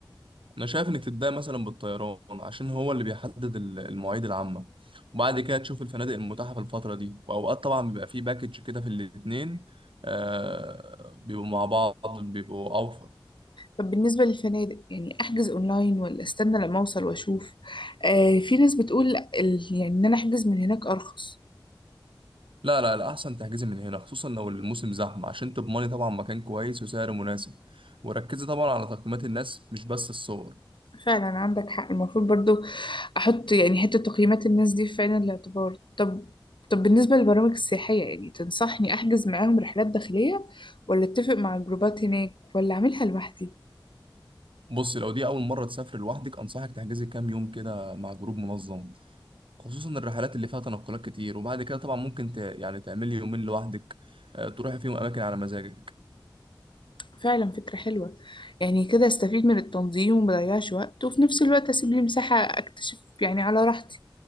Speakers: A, on the right (about 80°); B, on the left (about 70°).
A: انا شايف انك تبدأ مثلا بالطيران عشان هو اللي بيحدد ال- المواعيد العامه وبعد كده تشوف الفنادق المتاحه في الفتره دي واوقات طبعا بيبقى فيه باكج كده في الاتنين آه بيبقوا مع بعض بيبقوا اوفر
B: طب بالنسبه للفنادق يعني احجز اونلاين ولا استنى لما اوصل واشوف آه في ناس بتقول ال- يعني ان انا احجز من هناك ارخص
A: لا لا لا احسن تحجزي من هنا خصوصا لو الموسم زحمه عشان تضمني طبعا مكان كويس وسعر مناسب وركزي طبعا على تقييمات الناس مش بس الصور
B: فعلا عندك حق المفروض برضو احط يعني حتة تقييمات الناس دي في عين الاعتبار طب طب بالنسبة للبرامج السياحية يعني تنصحني احجز معاهم رحلات داخلية ولا اتفق مع الجروبات هناك ولا اعملها لوحدي
A: بصي لو دي اول مره تسافر لوحدك انصحك تحجزي كام يوم كده مع جروب منظم خصوصا الرحلات اللي فيها تنقلات كتير وبعد كده طبعا ممكن ت... يعني تعملي يومين لوحدك آه، تروحي فيهم اماكن على مزاجك
B: فعلا فكرة حلوة يعني كده استفيد من التنظيم ومضيعش وقت وفي نفس الوقت اسيب لي مساحة اكتشف يعني على راحتي